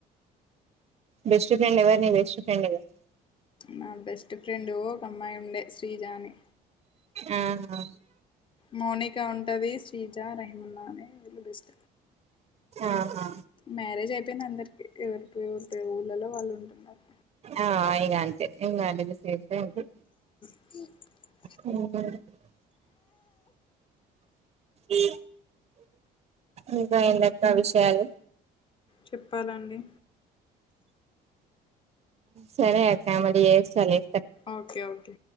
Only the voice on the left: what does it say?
నా బెస్ట్ ఫ్రెండ్ ఒక అమ్మాయి ఉండ శ్రీజా అని
మోనికా ఉంటది షీజ్జ రహమనన్నా పిలుస్తమ్
మ్యారేజ్ అయిపోయింది. అందరికి ఎవరికి ఎవరీ ఊళ్ళలో వాళ్ళు ఉంటున్నారు
ఇ
చెప్పాలండి.
ఓకే ఓకే